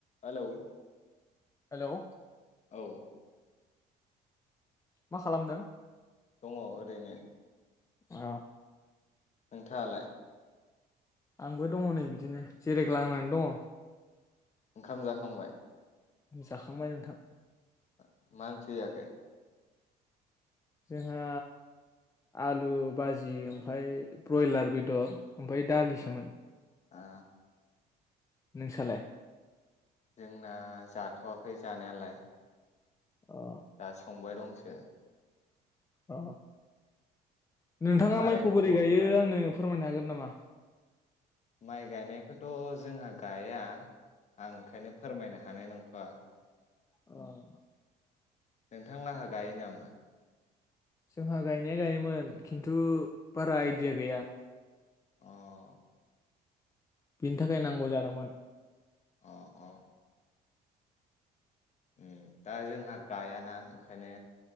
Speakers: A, on the left (about 40°); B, on the left (about 20°).
A: हेल'
B: hello
A: औ
B: मा खालामदों
A: दङ ओरैनो
B: अ
A: नोंथाङालाय
B: आंबो दङ नै बिदिनो जिरायग्लांनानै दङ
A: ओंखाम जाखांबाय
B: जाखांबाय नोंथां
A: ओ मा ओंख्रि जाखौ
B: जोंहा आलु बाजि ओमफ्राय ब्रयलार बेदर ओमफ्राय दालिसोमोन
A: आ
B: नोंसालाय
A: जोंना जाथ'वाखै जानायालाय
B: अ
A: दा संबाय दं <unintelligible>
B: औ
A: ओमफ्राय
B: नोंथाङा
A: मारै
B: माइखौ
A: खबरफोरा
B: बोरै गायो आंनो फोरमायनो हागोन नामा
A: माइ गायनायखौथ' जोंहा गाया आं ओंखायनो फोरमायनो हानाय नंथ बा
B: औ
A: नोंथां लाहा गायो नामा
B: जोंहा गायनाया गायोमोन खिन्थु बारा आइडिया गैया
A: औ
B: बिनि थाखाय नांगौ जादोंमोन
A: अ औ उम दा जोंहा गायाना ओंखायनो